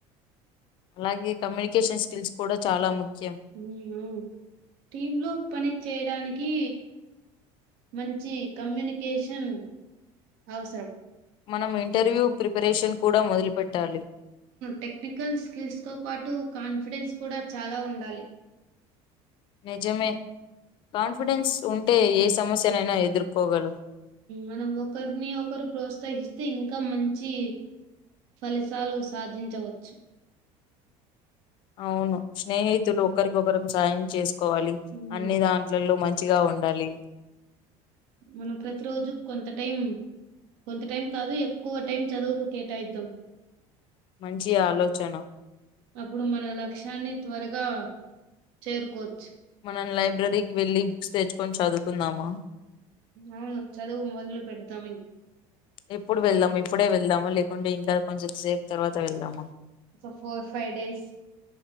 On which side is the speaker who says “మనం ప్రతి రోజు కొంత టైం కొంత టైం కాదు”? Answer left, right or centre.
Right